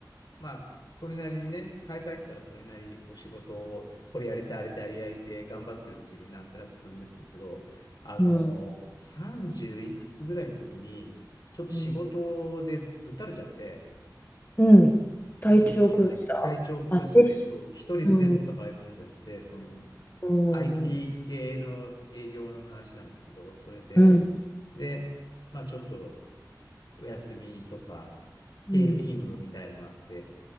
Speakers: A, on the left; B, on the left.
A: まあ、それなりにね、会社入ったらそれなりにこう仕事を、これやりたい、あれやりたいって頑張ってるうちになんとなく進むんですけど、あのー、
B: うん
A: 30いくつぐらいの時に、ちょっと仕事でぶったれちゃって、
B: うんうん体調崩したあてし
A: 精神的に参って、体調を崩して、そう、一人で全部抱え込んじゃって、
B: うん
A: その、
B: うんうん
A: IT 系の営業の話なんですけど、それで、
B: う
A: で、まあちょっとお休みとか、
B: ん
A: 経勤務みたいのがあって、